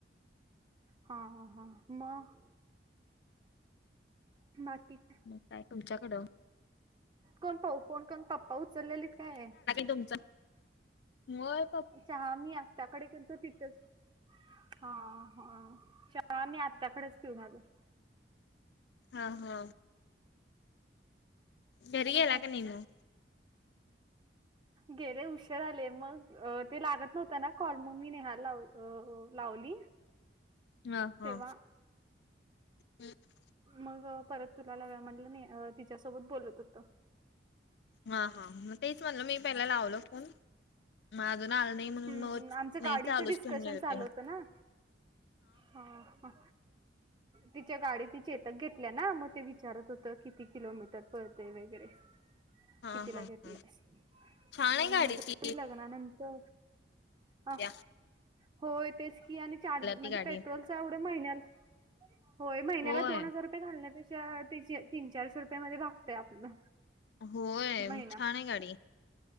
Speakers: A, on the right (about 25°); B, on the left (about 65°).
A: हा हा हा मग बाकी काय?
B: मग काय तुमच्याकडं.
A: कोण पाऊ कोण कोण पप्पा उचललेलीत काय
B: तूमचा <unintelligible> मळ
A: चहा मी आत्याकडे गेलतो तिथेच. हा हा च्या चहा मी आत्याकडेच पिऊन आलोय.
B: हा. हा. घरी
A: आणि
B: गेला
A: काय
B: की नाही मग?
A: गेले ऊशेर आले. मग ते लागत नव्हता ना कॉल, मग मी नेहाला लाव अ लावली. <inaudible>
B: ह हा.
A: तेव्हा
B: <inaudible>
A: मग, परत तुला लावूया म्हटलं तिच्यासोबत बोलत होतो.
B: हा. हा. मग तेच म्हणल, मी पहिला लावलो फोन मग, अजून आल नाही म्हणून
A: हम्म
B: मग
A: आमचं
B: नेट
A: गाडीचं
B: चालूच
A: डिस्कशन
B: ठेवले होती
A: चालू
B: मग
A: होतं ना हा. हा. तिच्या गाडी चेतक घेतल्या ना मग, ते विचारत होत किती किलोमीटर पडते वगैरे. <inaudible>
B: हा
A: कितीला
B: हा
A: घेतल्यास
B: हा
A: मग,
B: छान आहे
A: म्हणत
B: गाडी
A: होती
B: ती
A: लग्नानंतर ह
B: या.
A: होय, तेच की आणि चार्ज म्हणजे
B: ती गाडी
A: पेट्रोलचा एवढा महिन्याला, होय महिन्याला
B: होय
A: दोन हजार <unintelligible> घालण्यापेक्षा, तीनशे तीन चारशे रुपयांमध्ये भागत ते आपलं
B: होय
A: महिना.
B: छान आहे गाडी